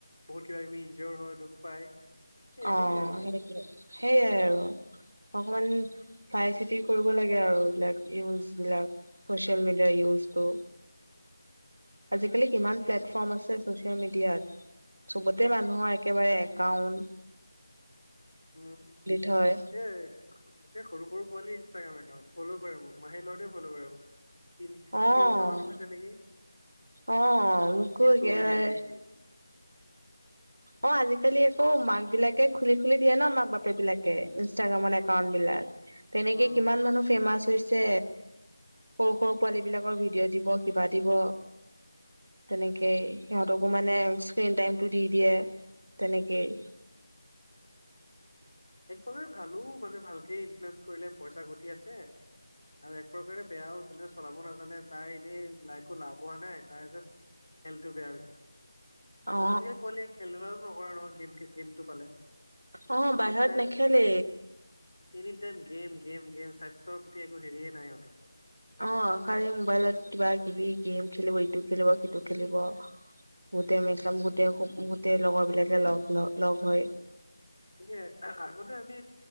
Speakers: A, on the left; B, on the right.
A: বহুত কিবা কিবি ইঞ্জৰ হয় দুখ পায়। সেই
B: অ
A: সেয়াই
B: সেইটো সেইয়াই আৰু অকমান চাই চিতি কৰিব লাগে আৰু এইবিলাক ইউজ বিলাক ছ'চিয়েল মিডিয়াৰ ইউজটো। আজিকালি কিমান প্লেটফৰ্ম আছে ছচিয়েল মিডিয়াত। চবতে মানুহৰ একেবাৰে একাউণ্ট।
A: উম,
B: থয়।
A: সেইয়াই একে সৰু-সৰু পোৱালিৰ ইনষ্টাগ্ৰাম একাউণ্ট। ফল' কৰে মোক, মাহীৰ লৰাটোৱে ফল' কৰে মোক। তিনি
B: অ',
A: তিনিবছৰ মান হৈছে নেকি?
B: অ', মোকো
A: কি ষ্টৰি
B: একেবাৰে
A: দিয়া একে সি।
B: অ আজি-কালি আকৌ মাকবিলাকে খুলি খুলি দিয়ে ন মাক-বাপেকবিলাকে ইনষ্টাগ্ৰামত একাউণ্টবিলাক। তেনেকে
A: অ
B: কিমান মানুহ ফেমাচ হৈছে। সৰু সৰু পোৱালী বিলাকৰ ভিডিঅ' দিব কিবা দিব। তেনেকেই সিহঁতকো মানে স্ক্ৰীন টাইমতটো দি দিয়ে তেনেকেই।
A: এক প্ৰকাৰে ভালো মানে ভালকে ইনফ্লুৱেঞ্জাৰ কৰিলে পইচা ঘটি আছে। আৰু এক প্ৰকাৰে বেয়াও যোনে চলাব নাজ- মানে তাৰ এনেই লাইকো লাভ হোৱা নাই তাৰ জা হেল্থটো বেয়া হৈছে।
B: অ
A: আজিকালি পোৱালি খেল ধূলাটো নকৰে নহয় গেম গেমতটো পালে।
B: অ বাহিৰত
A: এনি টাইম
B: নেখেলে।
A: Any time game game game স্বাস্থ্যৰ প্ৰতি একো হেৰিয়ে নাই ইহঁতৰ।
B: অ খালী মোবাইলত কিবা কিবি গেম খেলিব ইটো খেলিব সিটো খেলিব। গোটেই মকাব গোটেই গোটেই লগৰ বিলাকে লগ লগ হৈ।
A: এ আগতে আমি